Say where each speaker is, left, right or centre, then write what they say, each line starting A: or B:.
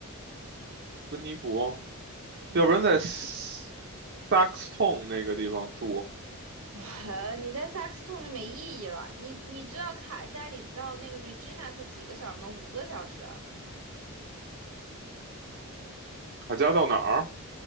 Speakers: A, on the right; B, on the right.
A: 温尼伯，
B: 嗯，
A: 要不然在 Saxton 那个地方住，
B: <laughs> 哇，你在萨克斯 t 就没意义了。你你知道卡加里到那个 Regina 才几个小时吗？五个小时。
A: 卡加到哪儿？